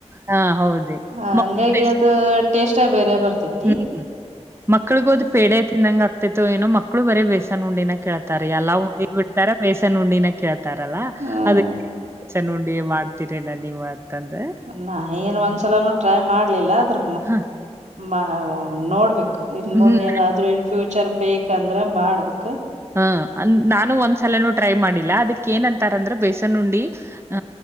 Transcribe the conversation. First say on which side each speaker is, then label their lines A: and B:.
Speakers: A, on the right (about 20°); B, on the right (about 85°).
A: ಹಾ ಹೌದ್ರಿ.
B: ಹಂಗಾಗಿ
A: ಮಕ್ಳು ಬೇಸನ್
B: ಅದು ಟೇಸ್ಟ್ ಬೇರೆ ಬರ್ತಿತಿ
A: ಹ್ಮ್ ಮಕ್ಳಿಗೋದ್ ಪೇಡೆ ತಿನ್ನಂಗ ಆಗ್ತೈತೋ ಏನೋ ಮಕ್ಕಳು ಬರೇ ಬೇಸನ ಉಂಡಿನ ಕೇಳ ಎಲ್ಲ ಉಂಡಿ ಬಿಡ್ತಾರೆ ಬೇಸನ್ ಉಂಡಿನ ಕೆಳ್ತಾ ಅಂತಾರಲ್ಲ
B: ಹ್ಮ್
A: ಅದಕ ಬೇಸನ್ ಉಂಡಿ ಮಾಡ್ತೀರೆನ್ ನೀವ ಅಂತಂದ
B: ನಾ ಏನ್ ಒಂದ್ಸಲ ಟ್ರೈ ಮಾಡ್ಲಿಲ್ಲ ಆದ್ರ
A: ಹ
B: ಮ ನೋಡ್ಬೇಕು. ಇನ್
A: ಹ್ಮ್
B: ಮುಂದ ಏನಾದ್ರು ಇನ್ ಫ್ಯೂಚರ್ ಬೇಕಂದ್ರೆ ಮಾಡ್ಬೇಕ
A: ಹ್ಮ ಅಂದ ನಾನು ಒಂದ್ಸಲನು ಟ್ರೈ ಮಾಡಿಲ್ಲ ಅದಕ್ಕ ಏನಂತಾರಂದ್ರ ಬೇಸನ್ ಉಂಡಿ ಹ